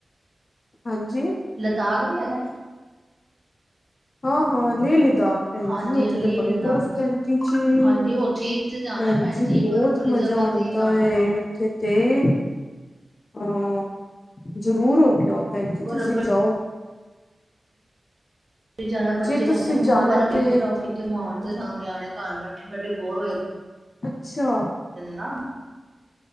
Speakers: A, on the left; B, on the right.
A: ਹਾਂਜੀ
B: ਲਦਾਖ ਵੀ ਹੈਗਾ
A: ਹਾਂ ਹਾਂ ਲੇਹ ਲਦਾਖ ਭੈਣ
B: ਹਾਂਜੀ
A: ਜੀ ਉੱਥੇ
B: ਹਾਂ ਲੇਹ
A: ਤਾਂ ਬੜੀ
B: ਲਦਾਖ
A: ਬਰਫ਼ ਪੈਂਦੀ ਜੀ
B: ਹਾਂਜੀ ਉੱਥੇ ਹੀ ਤੇ ਜਾਣਾ
A: ਭੈਣਜੀ
B: ਹੈ ਭੈਣ ਜੀ
A: ਬਹੁਤ
B: ਬਰਫ਼ ਵਾਲੀ
A: ਮਜ਼ਾ
B: ਜਗ੍ਹਾ
A: ਆਉਂਦਾ
B: ਤੇ ਹੀ ਜਾਣਾ ਮੈਂ
A: ਉੱਥੇ ਤੇ ਅਹ ਜ਼ਰੂਰ ਹੋ ਕੇ ਆਓ ਭੈਣ ਜੀ
B: ਬਰਫ਼
A: ਤੁਸੀਂ ਜਾਓ।
B: ਜਾਣਾ ਬੱਚੇ
A: ਜੇ ਤੁਸੀਂ
B: ਕਹਿੰਦੇ ਮੰਮਾ
A: ਜਾਣਾ
B: ਬਰਫ਼
A: ਤੇ
B: ਲੈ ਕੇ ਜਾਓ <unintelligible> ਤੇ ਸਾਨੂੰ ਨਿਆਣੇ ਘਰ ਬੈਠੇ ਬੈਠੇ ਬੋਰ ਹੋਏ।
A: ਅੱਛਾ,
B: ਨਾ,